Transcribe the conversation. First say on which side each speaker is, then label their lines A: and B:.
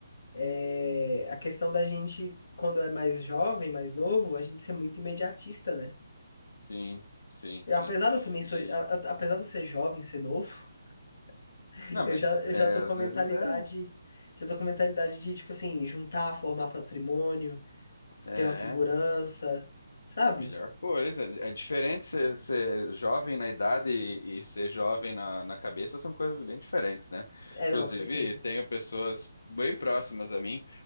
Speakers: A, on the left; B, on the left.
A: É... A questão da gente, quando é mais jovem, mais novo, a gente ser muito imediatista, né?
B: Sim, sim,
A: Eu,
B: sim.
A: apesar de eu também sou,
B: E
A: a- a- apesar de eu ser jovem, ser novo, <laughs>
B: não, mas
A: eu já, eu
B: é,
A: já tô
B: às
A: com a mentalidade,
B: vezes é,
A: já tô com a mentalidade de, tipo assim, juntar, formar patrimônio,
B: é
A: ter uma segurança, sabe?
B: melhor coisa. É diferente ser, ser jovem na idade e, e ser jovem na, na cabeça são coisas bem diferentes, né?
A: É,
B: Inclusive,
A: não, com certeza.
B: tenho pessoas bem próximas a mim,